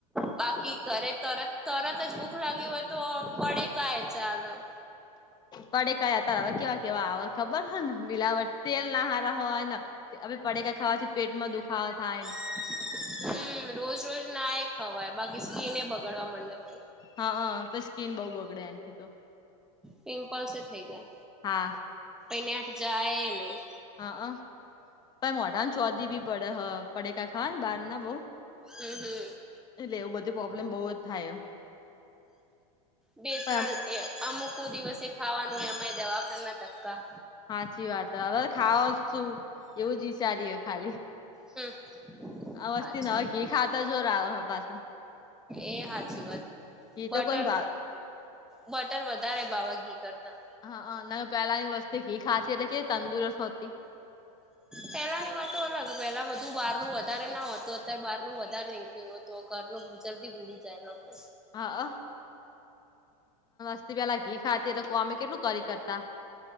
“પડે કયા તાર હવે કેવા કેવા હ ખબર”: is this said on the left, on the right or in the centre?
Left